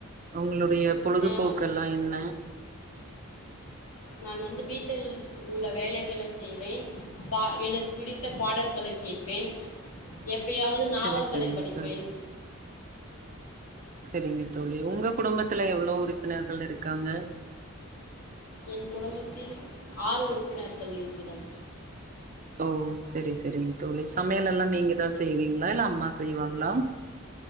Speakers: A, on the right (about 35°); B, on the left (about 85°).
A: உங்களு டைய பொழுதுபோக்கு
B: நா
A: எல்லா என்ன?
B: நான் வந்து வீட்டில் உள்ள வேலைகளை செய்வேன் பா எனக்கு பிடித்த பாடல்களை கேட்பேன் எ ப்பயாவது நாவல்களை
A: சரி சரிங்க
B: படிப்பேன்.
A: தோழி செரிங்க தோழி உங்க குடும்பத்துல எவ்ளோ உறுப்பினர்கள் இருக்காங்க?
B: என் குடும்பத்தில் ஆறு உறுப்பினர்கள் இருக்கிறோம்.
A: ஓ செரி சேரிங்க தோழி சமையல் எல்லா நீங்கதா செய்வீங்களா இல்ல அம்மா செய்வாங்களா?